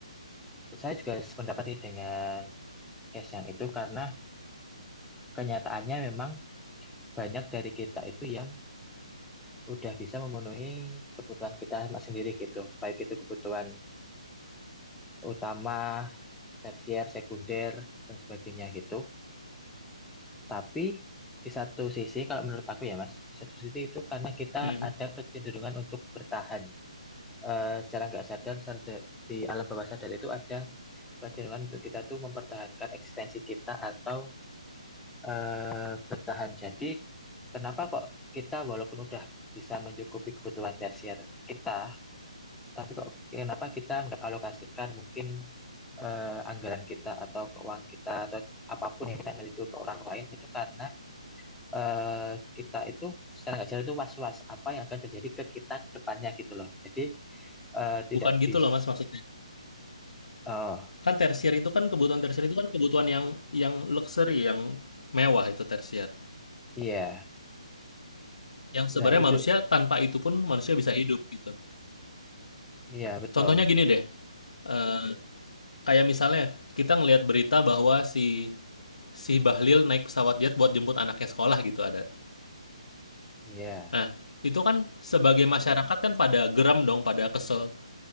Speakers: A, in the centre; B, on the left (about 75°).
A: Saya juga sependapat sih dengan case yang itu karena kenyataannya memang banyak dari kita itu yang udah bisa memenuhi kebutuhan kita sendiri gitu. Baik itu kebutuhan utama, tersier, sekunder, dan sebagainya gitu. Tapi di satu sisi, kalau menurut aku ya Mas, di satu sisi itu karena kita
B: Mm-mm.
A: ada kecenderungan untuk bertahan. Eh, secara nggak sadar, sadar- di alam bawah sadar itu ada kecenderungan untuk kita tuh mempertahankan eksistensi kita atau eh, bertahan. Jadi, kenapa kok kita walaupun udah bisa mencukupi kebutuhan tersier kita, tapi kok kenapa kita nggak alokasikan mungkin eh, anggaran kita atau keuangan kita atau apapun yang kita miliki ke orang lain itu karena eh, kita itu secara nggak sadar itu was-was apa yang akan terjadi ke kita ke depannya gitu loh. Jadi eh, tidak
B: Bukan gitu
A: bisa.
B: loh, Mas, maksudnya.
A: Oh
B: Kan tersier itu kan kebutuhan tersier itu kan kebutuhan yang yang luxury, yang mewah itu tersier.
A: iya,
B: Yang
A: nah
B: sebenarnya
A: itu
B: manusia tanpa itu pun manusia bisa hidup gitu.
A: iya betul,
B: Contohnya gini deh, eee, kayak misalnya kita ngelihat berita bahwa si si Bahlil naik pesawat jet buat jemput anaknya sekolah gitu ada.
A: iya
B: Nah, itu kan sebagai masyarakat kan pada geram dong, pada kesel,